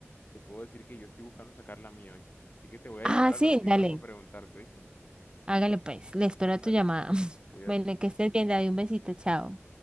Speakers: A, on the left (about 40°); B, on the right (about 20°).
A: te puedo decir que yo estoy buscando sacar la mía, ¿viste? Así que te voy a
B: Ah,
A: llamar al
B: sí,
A: ratito
B: dale.
A: para preguntarte, ¿viste?
B: Hágale pues. Le espero a
A: Dale,
B: tu llamada. <laughs>
A: cuídate.
B: Bueno, que estés bien, David. Un besito, chao.